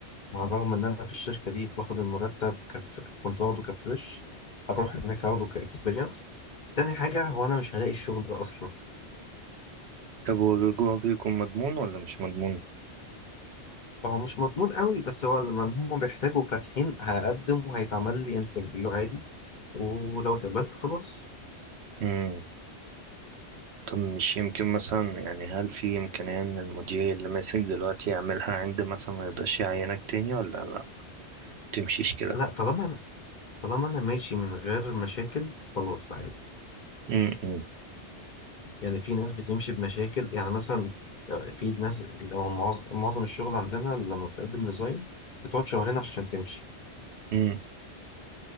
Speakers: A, on the left; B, on the right.
A: على الرغم ان انا في الشركة دي باخد المرتب كف... كنت واخده كفريش اروح هناك اخده كاكسبيرينس تاني حاجة هو انا مش هلاقي الشغل ده اصلا
B: طب والرجوع بيكون مضمون ولا مش مضمون
A: هو مش مضمون قوي بس هو لما هم بيحتاجوا فاتحين هقدم وهيتعمل لي انترفيو عادي ولو اتقبلت خلاص
B: امم طب مش يمكن مثلا يعني هل في امكانية ان المدير اللي ماسك دلوقتي يعملها عند مثلا ما يقدرش يعينك تاني ولا لا تمشيش كده
A: لا طالما طالما انا ماشي من غير مشاكل خلاص عادي
B: امم
A: يعني في ناس بتمشي بمشاكل يعني مثلا آه، في ناس لو معظ- معظم الشغل عندنا لما بتقدم ريزاين بتقعد شهرين عشان تمشي
B: امم